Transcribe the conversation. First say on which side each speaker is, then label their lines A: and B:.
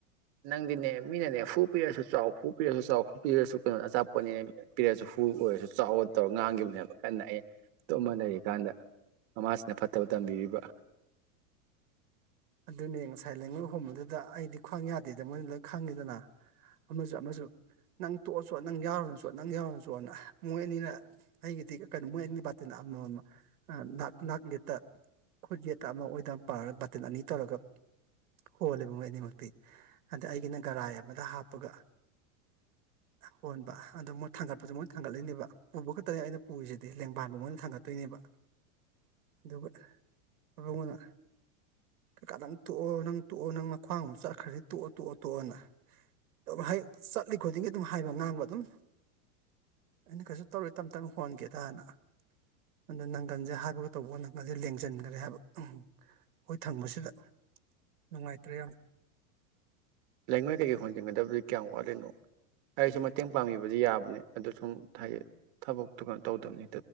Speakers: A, on the right; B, on the right.
A: ꯅꯪꯗꯤꯅꯦ ꯃꯤꯅꯅꯦ ꯐꯨ ꯄꯤꯔꯁꯨ ꯆꯥꯎ ꯍꯨ ꯄꯤꯔꯁꯨ ꯆꯥꯎ ꯍꯨ ꯄꯤꯔꯁꯨ ꯀꯩꯅꯣ ꯑꯆꯥꯄꯣꯠꯅꯦ ꯄꯤꯔꯁꯨ ꯍꯨ ꯑꯣꯏꯔꯁꯨ ꯆꯥꯎ ꯇꯧꯔꯒ ꯉꯥꯡꯈꯤꯕꯅꯦꯕ ꯀꯟꯅ ꯑꯩ ꯇꯨꯃ ꯂꯩꯔꯤꯀꯥꯟꯗ ꯃꯃꯥꯁꯤꯅ ꯐꯠꯇꯕ ꯇꯝꯕꯤꯔꯤꯕ꯫
B: ꯑꯗꯨꯅꯦ ꯉꯁꯥꯏ ꯂꯉꯣꯏ ꯍꯣꯡꯕꯗꯨꯗ ꯑꯩꯗꯤ ꯈ꯭ꯋꯥꯡ ꯌꯥꯗꯦꯗ ꯃꯣꯏꯅ ꯂꯣꯏ ꯈꯪꯉꯦꯗꯅ ꯑꯃꯁꯨ ꯑꯃꯁꯨ ꯅꯪ ꯇꯣꯛꯑꯣꯆꯣ ꯅꯪ ꯌꯥꯎꯔꯨꯅꯣꯆꯣ ꯅꯪ ꯌꯥꯎꯔꯅꯨꯆꯣꯅ ꯃꯣꯏ ꯑꯅꯤꯅ ꯑꯩꯒꯤꯗꯤ ꯀꯩꯅꯣ ꯃꯣꯏ ꯑꯅꯤ ꯕꯥꯇꯟ ꯑꯃꯃꯝ ꯑ ꯅꯥꯛ ꯅꯥꯛ ꯌꯦꯠꯇ ꯈꯨꯠ ꯌꯦꯠꯇ ꯑꯃ ꯑꯣꯏꯗ ꯑꯝ ꯇꯧꯔꯒ ꯕꯥꯇꯟ ꯑꯅꯤ꯫ ꯇꯧꯔꯒ ꯍꯣꯜꯂꯦꯕ ꯃꯣꯏ ꯑꯅꯤꯃꯛꯇꯤ ꯑꯗ ꯑꯩꯒꯤꯅ ꯒꯔꯥꯏ ꯑꯃꯗ ꯍꯥꯞꯄꯒ ꯍꯣꯟꯕ ꯑꯗꯣ ꯃꯣꯏ ꯊꯥꯡꯒꯠꯄꯁꯨ ꯃꯣꯏꯅ ꯊꯥꯡꯒꯠꯂꯤꯅꯦꯕ ꯄꯨꯕ ꯈꯛꯇꯅꯦ ꯑꯩꯅ ꯄꯨꯔꯤꯁꯤꯗꯤ ꯂꯦꯡꯕꯥꯟ ꯃꯣꯏꯅ ꯊꯥꯡꯒꯠꯇꯣꯏꯅꯦꯕ ꯑꯗꯨꯒ ꯏꯕꯨꯡꯉꯣꯅ꯫ ꯀꯀꯥ ꯅꯪ ꯇꯣꯛꯑꯣ ꯅꯪ ꯇꯣꯛꯑꯣ ꯅꯪ ꯅꯈ꯭ꯋꯥꯡ ꯑꯃꯨꯛ ꯆꯠꯈ꯭ꯔꯅꯤ ꯇꯣꯛꯑꯣ ꯇꯣꯛꯑꯣ ꯇꯣꯛꯑꯣꯅ ꯑꯗꯨꯝ ꯍꯩ ꯆꯠꯂꯤ ꯈꯨꯗꯤꯡꯒꯤ ꯑꯗꯨꯝ ꯍꯥꯏꯕ ꯉꯥꯡꯕ ꯑꯗꯨꯝ ꯑꯩꯅ ꯀꯩꯁꯨ ꯇꯧꯔꯣꯏ ꯇꯞ ꯇꯞꯅ ꯍꯣꯟꯒꯦꯗꯅ ꯑꯗꯨ ꯅꯪꯒꯜꯁꯦ ꯍꯥꯏꯕꯒ ꯇꯧꯕꯒ ꯅꯪꯒꯜꯁꯦ ꯂꯦꯡꯁꯟꯈ꯭ꯔꯦ ꯍꯥꯏꯕ ꯑꯣꯏ꯫ ꯊꯪꯁꯤꯗ ꯅꯨꯡꯉꯥꯏꯇ꯭ꯔꯦ ꯌꯥꯝ꯫
A: ꯂꯩꯉꯣꯏ ꯀꯩꯀꯩ ꯍꯣꯟꯖꯤꯟꯒꯗꯕꯗꯤ ꯀꯌꯥꯝ ꯋꯥꯠꯂꯤꯅꯣ꯫ ꯑꯩꯁꯨ ꯃꯇꯦꯡ ꯄꯥꯡꯕꯤꯕꯗꯤ ꯌꯥꯕꯅꯦ ꯑꯗꯨ ꯁꯨꯝ ꯍꯥꯏꯗꯤ ꯊꯕꯛꯇꯣ ꯀꯩꯅꯣ ꯇꯧꯗꯕꯅꯤ꯫